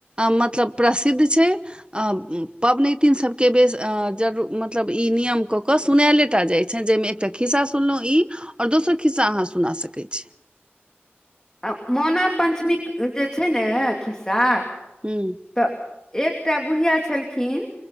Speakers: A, on the right; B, on the left.
A: मतलब प्रसिद्ध छै पबनैतिन सब के बेस जरू मतलब ई नियम कऽ कऽ सुना लेटा जाइत छनि जाहिमे एकटा खिस्सा सुनलहुँ ई और दोसर खिस्सा अहाँ सुना सकैत छी
B: आ मोना पञ्चमी जे छै ने खिस्सा
A: हूँ
B: तऽ एकटा बुढ़िया छलखिन